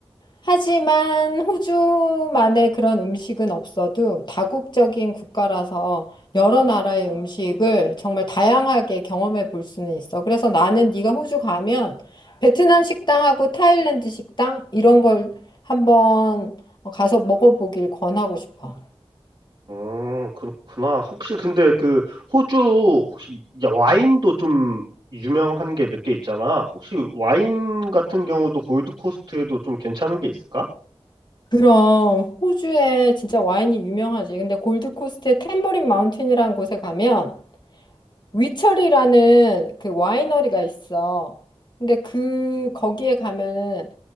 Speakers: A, on the left; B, on the right.
A: 하지만 호주만의 그런 음식은 없어도 다국적인 국가라서 여러 나라의 음식을 정말 다양하게 경험해 볼 수는 있어. 그래서 나는 네가 호주 가면 베트남 식당하고 타일랜드 식당 이런 걸 한번 가서 먹어보길 권하고 싶어.
B: 어, 그렇구나. 혹시 근데 그 호주 혹시 야, 와인도 좀 유명한 게 몇 개 있잖아. 혹시 와인 같은 경우도 골드코스트에도 좀 괜찮은 게 있을까?
A: 그럼 호주에 진짜 와인이 유명하지. 근데 골드코스트의 탬버린 마운틴이라는 곳에 가면 위철이라는 그 와이너리가 있어. 근데 그 거기에 가면은